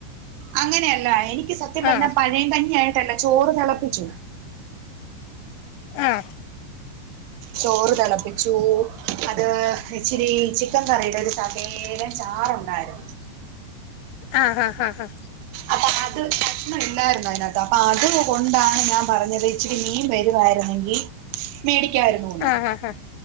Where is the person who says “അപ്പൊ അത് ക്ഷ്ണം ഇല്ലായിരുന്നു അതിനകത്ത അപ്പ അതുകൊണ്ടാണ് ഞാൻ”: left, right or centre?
Right